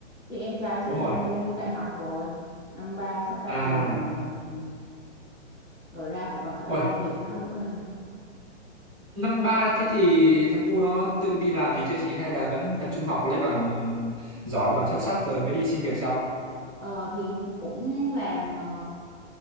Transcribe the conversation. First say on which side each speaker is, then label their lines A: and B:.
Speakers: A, on the left; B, on the right.
A: chứ em trai chị
B: đúng rồi.
A: hôm nay lên đại học rồi năm ba sắp ra
B: À,
A: trường rồi nè ừ. rồi ra phải còn phải
B: ôi,
A: lo việc cho nó nữa đây nè
B: năm ba thế thì thằng cu nó tự đi làm gì chưa chị hay là vẫn tập trung học lấy bằng giỏi, bằng xuất sắc rồi mới đi xin việc sau?
A: ờ, thì cũng làm ờ,